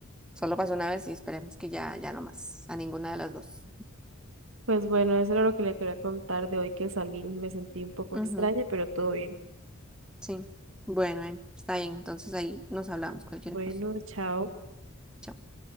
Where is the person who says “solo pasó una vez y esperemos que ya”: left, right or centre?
Centre